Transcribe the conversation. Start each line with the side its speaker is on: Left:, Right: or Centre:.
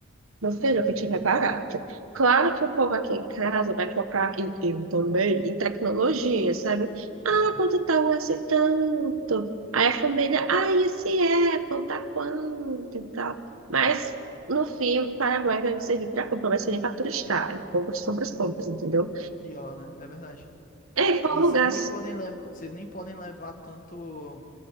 Right: Meu filho, o que tiver barato. Claro que o povo aqui em casa vai focar, em, eu também, em tecnologia, sabe? Ah,
Left: Uhum.
Right: quanto tá um esse tanto? Aí a família, ah, esse Apple tá quanto e tal. Mas, no fim, o Paraguai vai servir para compra, vai servir para turistar. É Compras, compras, compras, entendeu?
Left: Pior, né? É verdade.
Right: Ei, qual
Left: E
Right: lugar?
Left: vocês nem podem levar, vocês nem podem levar tanto,